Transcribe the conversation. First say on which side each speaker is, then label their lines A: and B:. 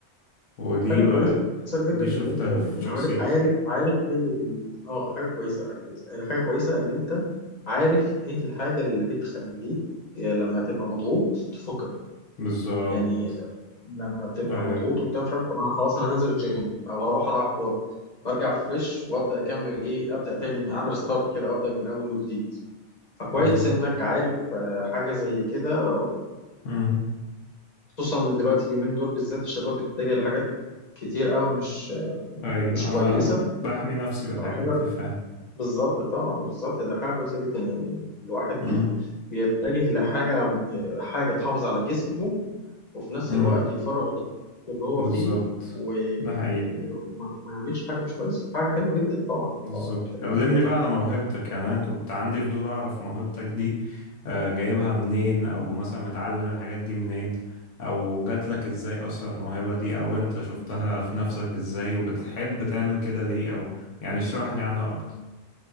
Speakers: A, on the left (about 85°); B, on the left (about 40°).
A: ودي
B: حاجة كويسة جدا
A: دي
B: ان
A: شفتها
B: انت
A: في شخصيتي
B: عارف عارف عارف ايه اللي بي اه حاجة كويسة حاجة كويسة آه، حاجة كويسة ان انت عارف ايه الحاجة اللي بتخليك آه، لما تبقى مضغوط تفكك
A: بالظبط
B: يعني لما بتبقى
A: ايوه
B: مضغوط
A: كده
B: وبتاع مش عارف طب انا خلاص انا هنزل الجيم او هروح العب كورة برجع فريش وابدا اكمل ايه ابدا تاني من اعمل ستارت كده او ابدا من الاول وجديد فكويس
A: بالظبط
B: انك عارف آه، حاجة زي كده
A: امم
B: خصوصا ان دلوقتي اليومين دول بالذات الشباب بتتجه لحاجات كتير قوي مش
A: ايوه
B: مش
A: انا
B: كويسه
A: بحمي نفسي بالحاجات
B: حاجه
A: دي فعلا
B: بالظبط طبعا بالظبط ده حاجه كويسه جدا يعني الواحد
A: امم
B: بي بيتجه لحاجه حاجه تحافظ على جسمه وفي نفس
A: امم
B: الوقت يفرغ الضغط اللي هو
A: بالظبط
B: فيه و...
A: ده حقيقي
B: وما وما يعملش حاجه مش كويسه حاجه حلوه جدا طبعا
A: بالظبط
B: طبعا اكيد
A: كلمني بقى على موهبتك يعني انا كنت عندي فضول اعرف موهبتك دي آه، جايبها منين او مثلا متعلم الحاجات دي منين او جات لك ازاي اصلا الموهبة دي او انت شفتها في نفسك ازاي وبتحب تعمل كده ليه او يعني اشرح لي عنها اكتر